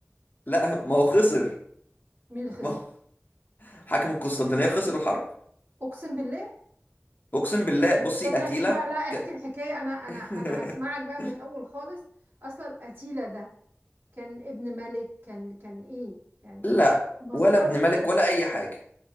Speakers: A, on the left; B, on the right.
A: لا ما هو خسر
B: مين اللي خسر
A: ما هو حاكم القسطنطينية خسر الحرب
B: اقسم بالله
A: اقسم بالله بصي
B: طب
A: قتيلة
B: احكي بقى لا احكي
A: ك...
B: الحكايه انا انا
A: <laughs>
B: انا هسمعك بقى من الاول خالص اصلا اتيلا ده كان ابن ملك كان كان ايه يعني
A: لا
B: يعني مصدره
A: ولا ابن
B: ايه
A: ملك ولا اي حاجة